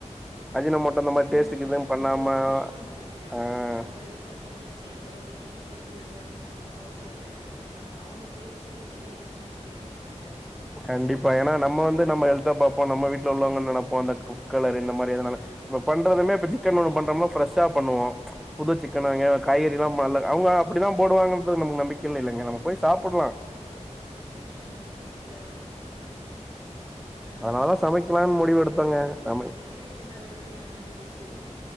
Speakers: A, in the centre; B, on the right.
A: அஜினமோட்டோ இந்த மாரி
B: ம்
A: டேஸ்ட்டுக்கு எதும்
B: அந்த
A: பண்ணாம
B: ஒரு விஷ்யோ இருக்குஇருக்கு
A: ஆ
B: இல்லையா நம்ம வீட்ல முஸ்டு எந்த ஒரு கெமிக்கல்ஸ்ஸு இந்த பவுட்ர் எல்லா ஆட் பண்ண மாட்டோம அவங்க டேஸ்ட்டுக்கு நெறைய ஆட் பண்ணிட்டே இருப்பாங்க
A: கண்டிப்பா ஏனா நம்ம வந்து நம்ம ஹெல்தத்தா பாப்போ நம்ம வீட்டு உள்ளவங்க நெனப்போ அந்த குக் கலர் இந்த மாதிரி அதனால
B: ஆமா.
A: இப்ப பண்றதுமே இப்ப சிக்கன்
B: ம்.
A: வருவல் பண்றம்னா ஃப்ரெஷ்ஷா பண்ணுவோ புது சிக்கன வாங்கி காய்கறி
B: ஆமா.
A: எல்லா நல்ல அவங்க அப்டிதா போடுவாங்கன்றது நம்ப நம்பிக் இல் இல்லங்க நம்ம போய் சாப்புட்லா
B: ம் கரெக்டு தா ம்
A: அதனால தான் சமைக்கலான்னு முடிவு எடுத்தோங்க.
B: என்ன பண்றது
A: நம்ம
B: சுட்டுவேஷன் அது மாதிரி அமைஞ்சிருச்சி